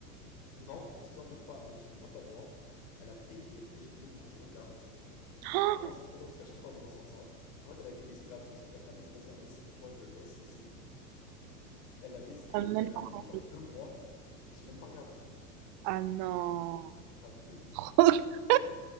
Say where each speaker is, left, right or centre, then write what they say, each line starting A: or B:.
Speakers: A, on the left; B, on the right.
A: Non, dis-toi même pas. Et J'ai une pote à moi, elle a payé HBO pour que je regarde.
B: Ah,
A: Et vraiment, c'est trop drôle parce qu'à chaque fois, elle me ressort ça. Parce qu'en fait, elle avait fait laisser gratuit, sauf qu'après, elle m'a dit, vas-y, en vrai, si c'est pour toi, je le laisse, laisser. Elle a laissé,
B: T'as même
A: elle
B: pas
A: a
B: regardé.
A: payé genre deux mois, et j'ai même pas regardé.
B: Ah non.
A: T'as vu?
B: <laughs>